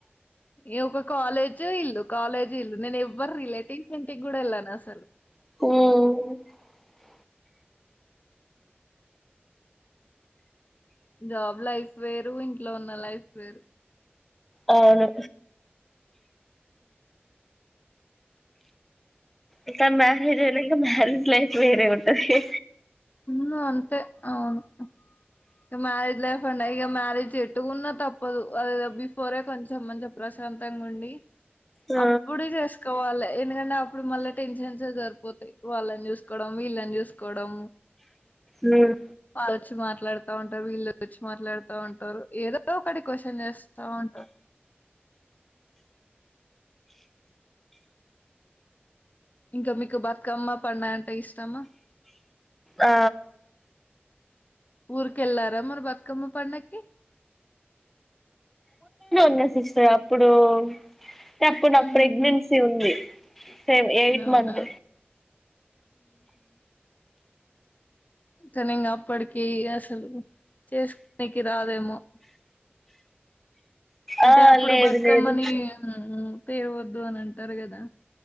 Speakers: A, on the left; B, in the centre.
A: న ఒక కాలేజ్ ఇల్లు కాలేజీ ఇల్లు నేను ఎవ్వరు రిలేటివ్స్ ఇంటికి కూడా వెళ్ళాను అసలు
B: మ్
A: జాబ్ లైఫ్ వేరు ఇంట్లో ఉన్న లైఫ్ వేరు
B: అవును ఇక మ్యారేజ్ అయినంకా మ్యారిడ్ లైఫ్ వేరే ఉంటది
A: మ్ అంతే అవును ఇక మ్యారేజ్ లైఫ్ అంట ఇక మ్యారేజ్ ఎట్టుకున్నా తప్పదు ఆడేది బిఫోరే కొంచెం ఇంత ప్రశా శాంతాంగుండి
B: ఆ
A: అప్పుడు చేసుకోవాలి ఎందుకంటే అప్పుడు మళ్ళీ టెన్షన్స్ సరిపోతాయి వాళ్ళని చూసుకోవడం పీల్లని చూసుకోవడం
B: ఉమ్
A: వాళ్ళుచ్చి మాట్లాడుతా ఉంటారు వీళ్ళు వచ్చి మాట్లాడుతా ఉంటారు ఏదో ఒకటి క్వశ్చన్ చేస్తా ఉంటారు ఇంకా మీకు బతుకమ్మ పండగా అంటే ఇష్టమా
B: ఆ
A: ఊరికెళ్లార మరి బతుకమ్మ పండక్కి
B: నో సిస్టర్ అప్పుడు అంటే అప్పుడు నాకు
A: ఉహు
B: ప్రెగ్నెన్సీ ఉంది సెవ్ ఎయిట్
A: అవునా
B: మంత్
A: తను ఇంకా అప్పటికి అసలు చేసుకోనికి రాదేమో అంటే
B: ఆ
A: అప్పుడు
B: లేదు
A: బతుకమ్మని
B: లేదు
A: మ్ తేవద్దు అని అంటారు కదా